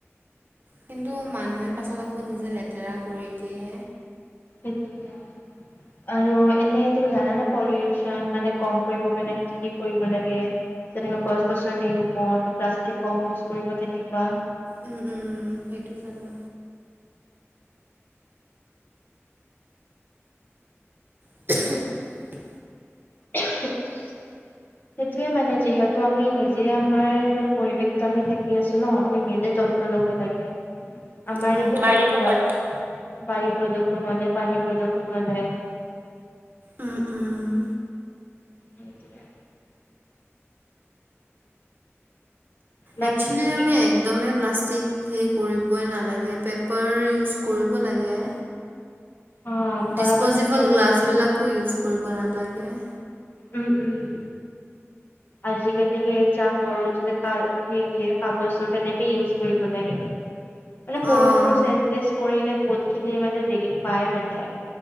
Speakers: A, on the right (about 45°); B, on the left (about 45°).
A: কিন্তু মানুহে পাছত আকৌ নিজে লেতেৰা কৰি দিয়ে।
B: এতিয়া আৰু এনেই তুমি জানানে পলিউশ্যন মানে কম কৰিব কাৰণে কি কি কৰিব লাগে? যেনেক গছ গছনি ৰুপন বা প্লাষ্টিক কম ইউজ কৰিব তেনেকুৱা
A: উম উম সেইটো জানো <unintelligible>
B: <unintelligible> সেইটোয়ে মানে যিহেতু আমি নিজে আমাৰ মানে পৰিৱেশত আমি থাকি আছো ন আমি নিজে যত ন ল'ব লাগে। আমাৰেতো
A: আমাৰ
B: ক্ষতি
A: এইটো
B: হয় বায়ু প্ৰদূৰষণ হ'লে পানী প্ৰদূৰষণ হ'লে
A: উম, উম।
B: সেইটোৱে বাকী
A: একচেলি
B: কি
A: আমি একদমেই প্লাষ্টিক সেই কৰিবই নালাগে পেপাৰ ইউজ কৰিব লাগে
B: অ পৰাপক্ষত
A: ডিছপ'জিবল
B: ইউজ
A: গ্লাছবিলাকো
B: কৰিব
A: ইউজ কৰিব নালাগে
B: উম উম আজিকালি সেই চাহৰ যোতে কাৰ হেৰি দিয়ে কাগজ তেনেকে ইউজ কৰিব লাগে মানে সৰু
A: অ',
B: সৰু চেঞ্জেছ কৰিলে বহুত খিনি মানে ৰিলিফ পায় মানে